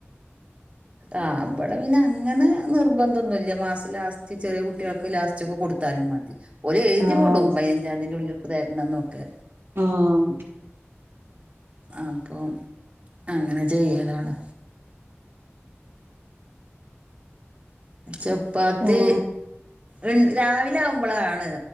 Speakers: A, on the right; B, on the right.
A: ആഹ് അപ്പോൾ പിന്നെ അങ്ങനെ നിർബന്ധന്നുല്ല മാസം ലാസ്റ്റ് ചെറിയ കുട്ടിൾക്ക് ലാസ്റ്റ് ഒക്കെ കൊട് ത്താലും മതി ഓര് എഴ്തി
B: ആഹ്
A: വിടും പതിനഞ്ചാന്തിന്റെ ഉള്ളിൽ തരണം ന്നൊക്കെ.
B: ഉം
A: അപ്പം അങ്ങനെ ചെയ്യലാണ്. ചപ്പാത്തി.
B: പിന്നെ
A: ഇണ്ട് രാവിലെ ആവുമ്പോളാണ്